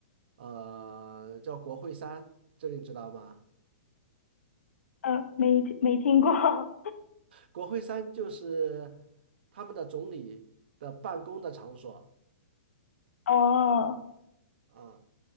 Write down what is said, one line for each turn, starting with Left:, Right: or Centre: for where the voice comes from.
Right: 呃，叫国会山，这个你知道吗？
Left: 呃，没没听过。<laughs>
Right: 国会山就是他们的总理的办公的场所
Left: 哦，
Right: 啊。